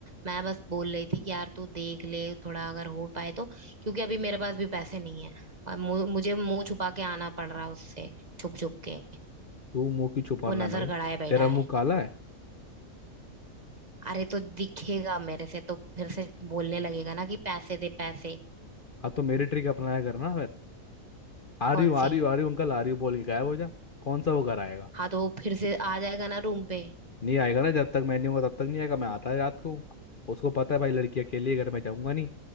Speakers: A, on the right; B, on the left.
A: मैं बस बोल रही थी कि यार तू देख ले थोड़ा अगर हो पाए तो क्योंकि अभी मेरे पास भी पैसे नहीं है और मु- मुझे मुंह छुपा के आना पड़ रहा है उससे छुप छुप के
B: तू मुंह क्यों छुपाना
A: वो नजर
B: है भाई
A: गड़ाए बैठा
B: तेरा
A: है
B: मुंह काला है
A: अरे तो दिखेगा मेरे से तो फिर से बोलने लगेगा ना कि पैसे दे पैसे
B: हाँ तो मेरी ट्रिक अपनाया करना फिर आ रही
A: कौन
B: हूँ आ
A: सी
B: रही हूँ आ रही हूँ अंकल आ रही हूँ बोल के गायब हो जा कौन सा वो घर आएगा
A: हाँ तो वो फिर से आ जाएगा ना रूम पे
B: नहीं आएगा ना जब तक मैं नहीं होगा तब तक नहीं आएगा मैं आता है रात को उसको पता है भाई लड़की अकेली है घर में जाऊंगा नहीं